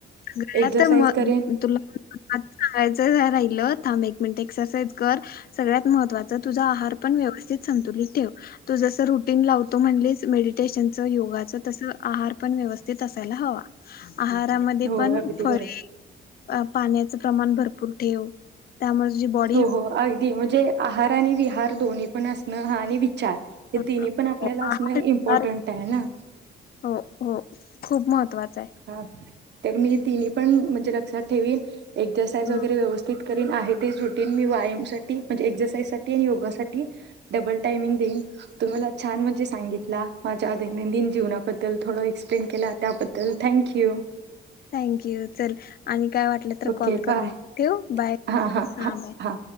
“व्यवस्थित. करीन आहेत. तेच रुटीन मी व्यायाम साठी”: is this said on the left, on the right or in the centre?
Right